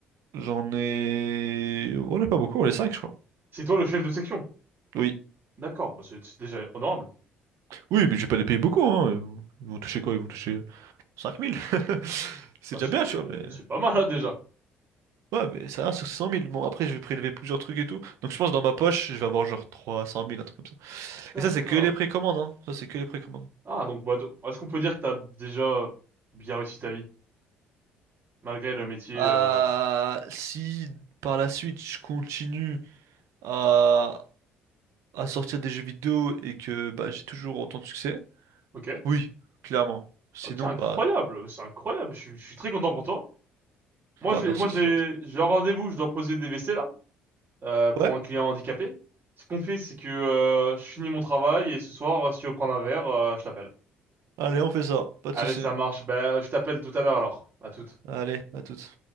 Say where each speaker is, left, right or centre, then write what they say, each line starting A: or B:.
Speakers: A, on the right; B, on the right.
A: J'en ai... On n'est pas beaucoup, on est 5 je crois.
B: C'est toi le chef de section.
A: Oui.
B: D'accord, bah c'est c'est déjà honorable.
A: Oui, mais je vais pas les payer beaucoup, hein. Ils vont toucher quoi? Ils vont toucher 5 000. <laughs> C'est
B: Bah
A: déjà
B: c'est
A: bien, tu vois, mais...
B: c'est pas mal là déjà.
A: Ouais, mais ça va sur 600 000. Bon, après, je vais prélever plusieurs trucs et tout. Donc, je pense que dans ma poche, je vais avoir genre 300 000, un truc comme ça.
B: D'accord.
A: Et ça, c'est que les précommandes, hein. Ça, c'est que les précommandes.
B: Ah, donc, bah, donc, est-ce qu'on peut dire que t'as déjà bien réussi ta vie, malgré le métier,
A: Euh,
B: euh,
A: si par la suite, je continue à, à sortir des jeux vidéo et que bah, j'ai toujours autant de succès,
B: Ok.
A: oui, clairement. Sinon,
B: Ok, incroyable.
A: bah,
B: C'est incroyable. Je, suis je suis très content pour toi. Moi,
A: bah
B: j'ai,
A: merci,
B: moi, j'ai,
A: c'est gentil.
B: j'ai un rendez-vous. Je dois poser des WC, là, euh, pour
A: Ouais,
B: un client handicapé. Ce qu'on fait, c'est que, euh, je finis mon travail et ce soir, si tu veux prendre un verre, euh, je t'appelle.
A: allez, on fait ça. Pas
B: Allez,
A: de soucis.
B: ça marche. Bah, je t'appelle tout à l'heure, alors. À toute.
A: Allez, à toutes.